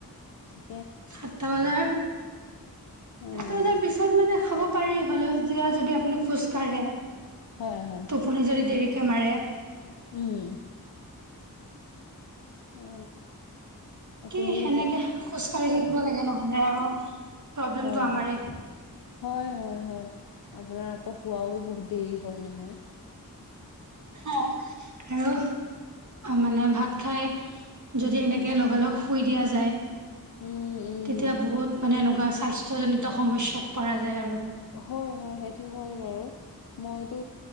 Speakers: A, on the left; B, on the right.
A: ঠিক
B: সাতটা বজাৰ সাতটা
A: অ',
B: বজাৰ পিছত মানে খাব পাৰি হলেও যেয়া যদি আপুনি খোজ কাঢ়ে
A: হয়, হয়,
B: টোপনি যদি দেৰি দেৰিকে মাৰে
A: উম অ আপুনিও
B: কি সেনেকে
A: শু
B: খোজ কঢ়ি থাকিব
A: অ',
B: লাগে নহলে আৰু প্ৰব্লেমটো
A: হয়
B: আমাৰে
A: হয় হয় হয় আপোনাৰ আকৌ হোৱাও বহুত দেৰি হয় নহয়
B: অ আৰু মানে ভাত খাই যদি এনেকে লগালগ শুই দিয়া যায়
A: উম, উম।
B: তেতিয়া বহুত মানে এনেকুৱা স্বাস্থ্য জনিত সমস্যাত পৰা যায় আৰু
A: হয় হয় সেইটো হয় বাৰু মইতো